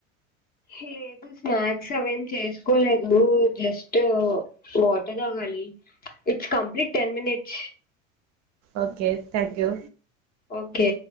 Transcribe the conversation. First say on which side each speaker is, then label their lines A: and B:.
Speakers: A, on the left (about 25°); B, on the right (about 40°).
A: లేదు స్నాక్స్ అవేం చేసుకోలేదు జస్ట్ వాటర్ తాగాలి it's complete ten minutes
B: okay thank you
A: okay